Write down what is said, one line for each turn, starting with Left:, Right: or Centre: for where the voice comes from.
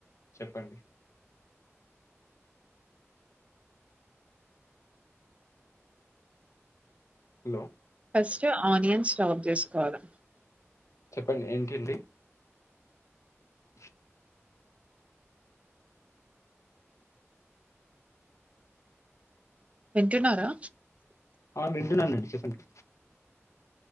Left: చెప్పండి హలో
Right: ఫస్ట్ ఆనియన్స్ చాప్ చేసుకోవాలి
Left: చెప్పండి ఏంటి అండి హా
Right: వింటున్నారా
Left: ఆ వింటున్నానండి చెప్పండి